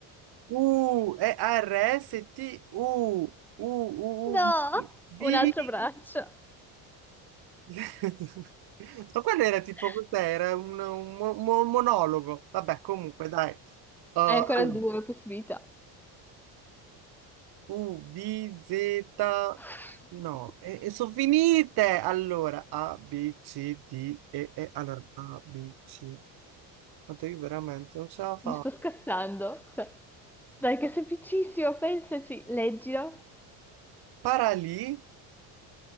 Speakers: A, on the right; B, in the centre.
A: U... E-R-S-T-U... U... U...
B: No,
A: U... V...
B: un altro braccio.
A: <laughs> Ma quello
B: <laughs>
A: era tipo, cos'era? Un, un mo- mo- monologo. Vabbè, comunque, dai. Uh,
B: Hai ancora
A: allora,
B: due possibilità.
A: U, B, Z.
B: <laughs>
A: No, e, e sono finite. Allora, A, B, C, D, E, E. Allora, A, B, C. Quanto io veramente non ce la faccio.
B: Mi sto scassando. Cioè, dai, che è semplicissimo, pensaci, leggilo.
A: Paralim,